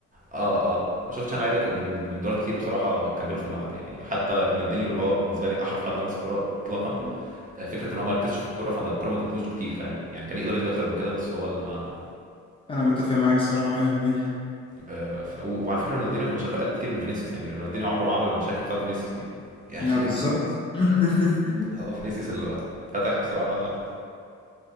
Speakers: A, on the right (about 25°); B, on the left (about 20°).
A: اه اه ما شفتش انا لعيبة من من دول كتير بصراحة كملوا في الملعب يعني حتى رونالدينيو اللي هو بالنسبة لي احرف حد لمس الكورة اطلاقا آه، فكرة ان هو ما ركزش في الكورة فما الكورة ما ادتلوش كتير فاهم يعني كان يقدر يدي اكتر من كده بس هو اللي ما
B: انا متفق معاك الصراحه 100%
A: آه، ف... وعلى فكره رونالدينيو كان مشاكله اقل بكتير من فينيسيوس يعني رونالدينيو عمره ما عمل المشاكل بتاعت فينيسيوس دي <laughs> يعني
B: لا بالظبط <laughs>
A: هو فينيسيوس اللي فتح بصراحه